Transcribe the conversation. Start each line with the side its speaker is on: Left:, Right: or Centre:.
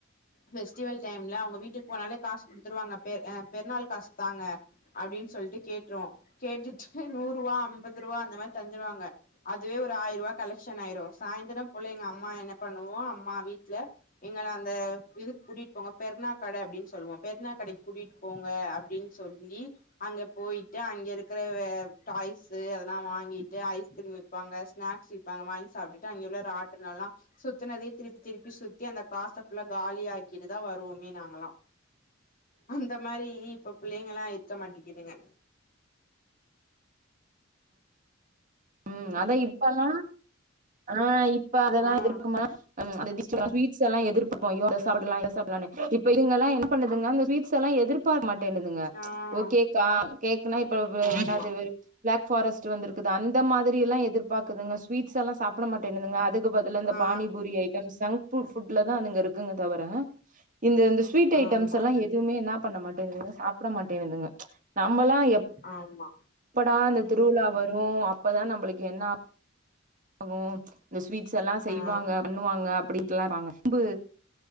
Left: ஃபெஸ்டிவல் டைம்ல அவங்க வீட்டுக்கு போனாலே காசு குடுத்துருவாங்க பெ பெருநாள் காசு தாங்க அப்படின் சொல்ட்டு கேட்ருவோ கேட்டுட்டு நூறுவா ஐம்பது ரூவா அந்த மாரி தந்துருவாங்க அதுவே ஒரு ஆயிரூபா கலெக்க்ஷன் ஆயிரு சாய்ந்திரம் போல எங்க அம்மா என்ன பண்ணுவோ அம்மா வீட்ல எங்கள அந்த இதுக்கு கூட்டிட்டு போங்க பெருனாக்கட அப்டினு சொல்லுவோ பெருனாக்கடைக்கு கூட்டிட்டு போங்க அப்டின் சொல்லி அங்க போயிட்டு அங்க இருக்கிற டாய்ஸ் அதெல்லா வாங்கிட்டு ஐஸ் திரும்பி விப்பாங்க ஸ்நாக்ஸ் விப்பாங்க வாங்கி சாப்டுட்டு அங்கே உள்ள ராட்டின எல்லா சுத்தினதயே திருப்பி திருப்பி சுத்தி அந்த காச ஃபுல்லா காலி ஆக்கிட்டு தா வருவோமே நாங்கல்லா அந்த மாரி இப்ப புள்ளைங்கெல்லா இருக்க மாட்டேங்கிதுங்க
Right: ம் அதா இப்பல்லா ஆ இப்ப அதெல்லா
Left: ஆ
Right: எதிர்கமா அந்த சுவீட்ஸ் எல்லா எதிர்பாப்போ அய்யோ அத சாப்பிலா இத சாப்பிலானு இப்ப இதுங்க எல்லா என் பண்ணதுங்க அந்த சுவிட்ஸ் எல்லா எதிர்பாக்க மாட்டேனுதுங்க
Left: ஆ
Right: ஓ கேக்கா கேக்குனா இப்ப
Left: ஆமா
Right: என்னது பிளாக் ஃபாரஸ்ட் வந்துருக்குது அந்த மாதிரி எல்லா எதிர்பாக்குதுங்க சுவிட்ஸ் எல்லா சா சாப்ட மாட்டேன்னுதுங்க அதுக்கு பதிலா இந்த
Left: ஆ
Right: பானிபூரி ஐடம்ஸ் ஜங்க் ஃபுட்ல தா அதுங்க இருக்குங்க தவிர இந்த இந்த ஸ்வீட் ஐட்டம்ஸ்
Left: ஆமா
Right: எல்லாம் எதுவுமே என்ன பண்ண மாட்டேங்துங்க சாப்ட மாட் ந்துங்க நம்மெல்லா எப்படா
Left: ஆமா
Right: அந்த திருவிழா வரு அப் பதா நம்பளுக்கு என்ன ஆகு கு இந்த ஸ்வீட்ஸ் எல்லா செய்வாங்க
Left: ஆ
Right: பண்ணுவாங்க அப்டின்ட்டுல்லா இருப்பாங்க அம்பு